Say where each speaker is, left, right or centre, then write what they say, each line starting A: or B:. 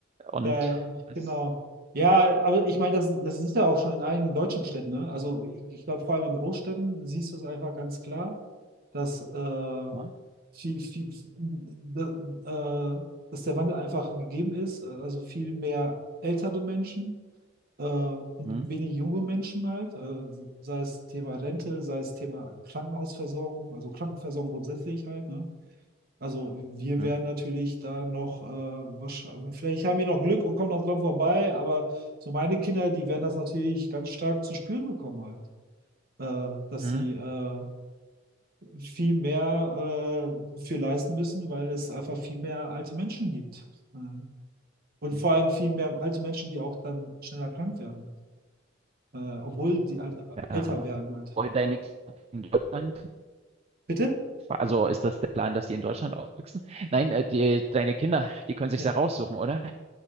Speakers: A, on the right; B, on the right.
A: Und
B: da,
A: es,
B: genau. Ja, aber ich meine, das, das siehst du auch schon in einigen deutschen Städten, ne? Also ich, ich glaube, vor allem in Großstädten siehst du es einfach ganz klar. dass, äh,
A: ja,
B: viel, viel, da- äh, dass der Wandel einfach gegeben ist, äh, also viel mehr ältere Menschen äh, und
A: hm,
B: wenig junge Menschen halt, äh, sei es Thema Rente, sei es Thema Krankenhausversorgung, also Krankenversorgung grundsätzlich halt, ne? Also wir
A: hm,
B: werden natürlich da noch, äh, wahrscheinlich, vielleicht haben wir noch Glück und kommen noch dran vorbei, aber so meine Kinder, die werden das natürlich ganz stark zu spüren bekommen halt, äh, dass
A: hm,
B: sie äh, viel mehr äh, für leisten müssen, weil es einfach viel mehr alte Menschen gibt. Äh, und
A: hm,
B: vor allem viel mehr alte Menschen, die auch dann schneller krank werden, äh, obwohl die alt,
A: ja.
B: älter werden halt.
A: Wollen deine Kinder in Deutschland,
B: Bitte?
A: also ist das der Plan, dass die in Deutschland aufwachsen? Nein, äh, die, deine Kinder, die können sich
B: Ja.
A: ja raussuchen, oder?